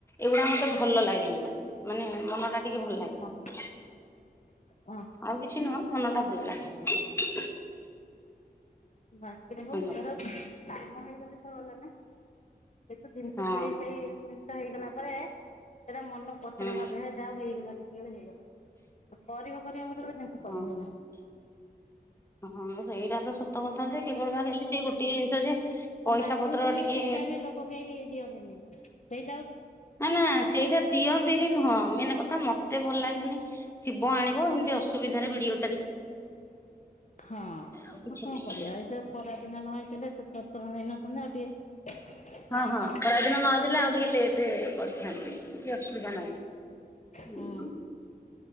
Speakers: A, on the left; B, on the left.
A: ଏଗୁଡା ମତେ ଭଲ ଲାଗେନି ଟେ ମାନେ ମନଟା ଟିକେ ଭଲ ଲାଗେନି।
B: ହଁ ହଁ
A: ଆଉ କିଛି ନୁହଁ ମନଟା ଭଲ ଲାଗେନି।
B: ବାକିରେ ହଉ
A: ହାଲୋ
B: ତର କାମ ହେଇଗଲେ ତ ଭଲ ନା। ଏ ତ ଜିନିଷ
A: ହଁ
B: ସେଇ ସେଇ ଜିନିଷ ହେଇଗଲା ପରେ। ସେଇଟା ମନ ପଛରେ
A: ହଁ
B: ଭାବେ ହେ ଯାହା ହେଇଗଲା ସେତବେଳେ ହେଇଗଲା କରିବ କରିବା ଜିନିଷ
A: ହଁ।
B: କରିହୁଏନା।
A: ହଁ ସେଇଟା ତ ସତ କଥା ଯେ କେବଳ ବା ଖାଲି ସେ ଗୋଟଏ ଜିନିଷ ଯେ ପଇସା
B: ବାକି
A: ପତ୍ର
B: ଉଧାର
A: ଟିକେ
B: ବି ଠିକ ଟାଇମରେ ଲୋକ କେହି ଦିଅନ୍ତିନି ସେଇ
A: ନା ନା ସେଇଟା ଦିଅନ୍ତିନି ନୁହଁ ମେନ କଥା ମତେ ଭଲ ଲାଗେନି ଥିବ ଆଣିବ ଅସୁବିଧାରେ ଭିଡି
B: ହଁ
A: ଆଉ କିଛି
B: କଣ
A: ନାହିଁ।
B: କରିବା ଏଇ ଖରାଦିନ ନ ହେଇଥିଲେ। ସତର ଦିନ ତ ଟିକେ ଟାଇମ
A: ହଁ ହଁ ଖରାଦିନ ନ ହେଥିଲେ ଆଉ ଟିକେ ଲେଟ କରିଥାନ୍ତି। କି ଅସୁବିଧା ନାହିଁ।
B: ହୁଁ